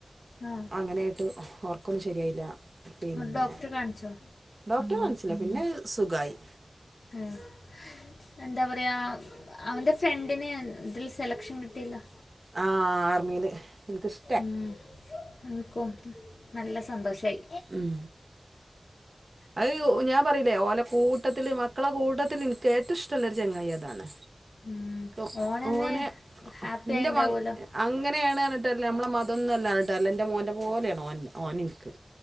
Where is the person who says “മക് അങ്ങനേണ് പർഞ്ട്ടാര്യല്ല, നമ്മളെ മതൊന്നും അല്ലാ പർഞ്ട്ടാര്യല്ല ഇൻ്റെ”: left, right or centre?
Right